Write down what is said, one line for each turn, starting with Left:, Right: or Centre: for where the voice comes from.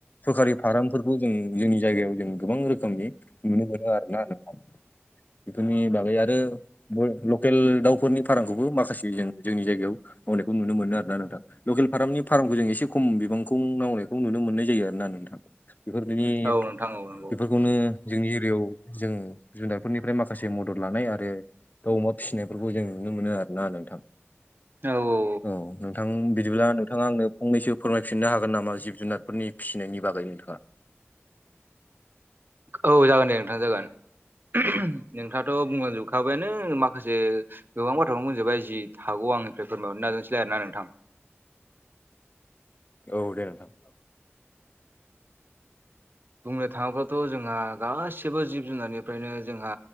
Left: सरखारि फारामफोरखौ जों जोंनि जायगायाव जों गोबां रोखोमनि नुनो मोनो आरो ना नोंथां। बेफोरनि बागै आरो बय-लकेल दाउफोर बेफोरनि फारामखौबो माखासे जों जोंनि जायगायाव मावनायखौ नुनो मोनो आरोना नों- थां लकेल फारामनि फारामखौ जों एसे खम बिबांखौ मावनायखौ नुनो मोननाय जायो आरो ना नोंथां। बेफोरबिदि
Right: औ नोंथां औ नंगौ
Left: बेफोर- बेखौनो जोंनि एरियायाव जोङो जुनारफोरनिफ्राय माखासे मदद लानाय आरो दाउ अमा फिसिनायफोरखौ जों नुनो मोनो आरो ना नोंथां।
Right: औ औ
Left: औ नोंथां बिदिब्ला नोंथाङा आंनो फंनैसो फोरमायफिननो हागोन नामा जिब जुनारफोरनि फिसिनायनि बागै नोंथाङा।
Right: औ जागोन दे नोंथां जागोन। <unintelligible> नोंथाङाथ' बुंलांजोबखाबायानो माखासे गोबां बाथ्राखौनो बुंजोबबाय जि हागौ आंनिफ्राय फोरमायहरनो नाजानोसैलाय आरो ना नोंथां।
Left: औ दे नोंथां
Right: बुंनो थाङोबाथ जोंहा गासिबो जिब जुनारनि- फ्रायनो जोंहा